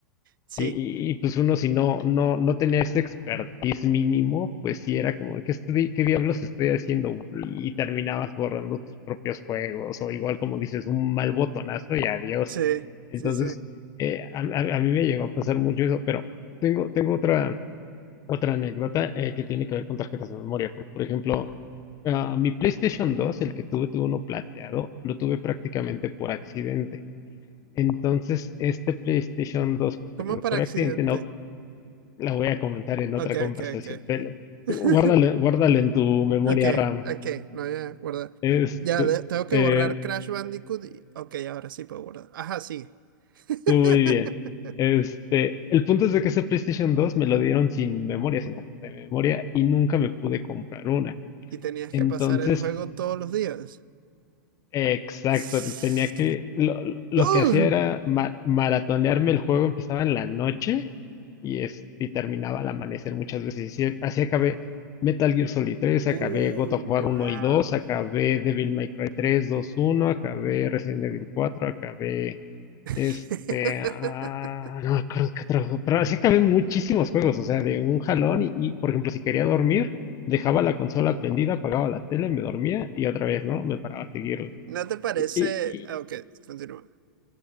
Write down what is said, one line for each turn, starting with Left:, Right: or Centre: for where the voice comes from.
Right: sí.
Left: Y, y- y, pues uno si no, no, no tenía ese expertise mínimo, pues sí era como, ¿qué, estoy- qué diablos estoy haciendo? Y terminabas borrando tus propios juegos o igual como dices, un mal botonazo y adiós.
Right: Sí,
Left: Entonces,
Right: sí, sí.
Left: eh, a, a- a mí me llegó a pasar mucho eso, pero tengo, tengo otra, otra anécdota eh, que tiene que ver con tarjetas de memoria. Porque, por ejemplo, ah, mi PlayStation dos el que tuve, tuve uno plateado, lo tuve prácticamente por accidente. Entonces, este PlayStation dos
Right: ¿Cómo
Left: que tuve por
Right: para accidente?
Left: accidente, no, la voy a comentar en otra
Right: Ok,
Left: conversación.
Right: ok, ok.
Left: Te-
Right: <laughs>
Left: guárdale guárdalo en tu memoria
Right: Ok,
Left: RAM.
Right: ok, no voy a guardar.
Left: Este,
Right: Ya, de- tengo que
Left: eh,
Right: borrar Crash Bandicoot. y- Ok, ahora sí puedo guardar. Ajá, sí. <laughs>
Left: muy bien. Este, el punto es de que ese PlayStation 2 me lo dieron sin memoria, sin tarjeta de memoria, y nunca me pude comprar una.
Right: Y tenías
Left: Entonces
Right: que pasar el juego todos los días.
Left: Exacto,
Right: <sighs>
Left: tenía que, lo, lo- lo
Right: ¡Ugh!
Left: que hacía era ma- maratonearme el juego, empezaba en la noche y, es, y terminaba al amanecer muchas veces. Y sí, así acabé Metal Gear Solid tres, acabé
Right: Uh,
Left: God of War
Right: wow.
Left: uno y dos, acabé Devil May Cry tres dos uno, acabé Resident Evil cuatro, acabé este,
Right: <laughs>
Left: ah, no me acuerdo qué otro juego, pero así acabé muchísimos juegos, o sea, de un jalón y, y, por ejemplo, si quería dormir, dejaba la consola prendida, apagaba la tele, me dormía y otra vez, ¿no? Me paraba a seguirle.
Right: ¿No te parece?
Left: Y, y-
Right: ah, Ok, continúa.